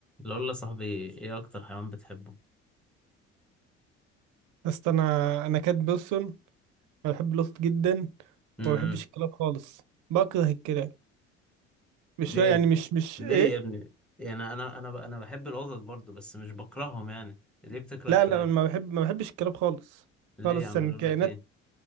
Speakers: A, in the centre; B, on the right.
A: لو يا صاحبي ايه اكتر حيوان بتحبه
B: بس انا انا كات بيرسون انا بحب القطط جدا
A: امم
B: وما بحبش الكلاب خالص بكره الكلاب مش
A: ليه
B: يعني مش مش
A: ليه
B: ايه
A: يا ابني يعني انا انا انا بحب القطط برضو بس مش بكرههم يعني ليه بتكره
B: لا
A: الكلاب
B: لا أنا ما بحب ما بحبش الكلاب خالص
A: ليه
B: خالص
A: يا عم
B: يعني
A: اقول
B: كائنات
A: لك ايه